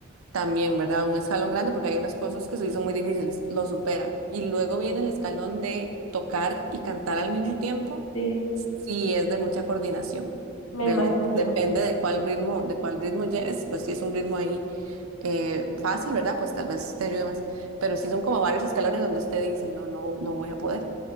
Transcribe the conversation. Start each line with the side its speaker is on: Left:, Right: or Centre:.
Right: También, ¿verdad? Un escalón grande porque hay unas cosas que sí son muy difíciles, lo supera. Y luego viene el escalón de tocar y cantar al mismo tiempo,
Left: Sí,
Right: sí es de mucha coordinación,
Left: me
Right: realmente.
Left: imagino.
Right: Depende de cuál ritmo, de cuál ritmo lleves, pues si es un ritmo ahí eh, fácil, ¿verdad? Pues tal vez te ayude más. Pero sí son como varios escalones donde usted dice, no, no, no voy a poder.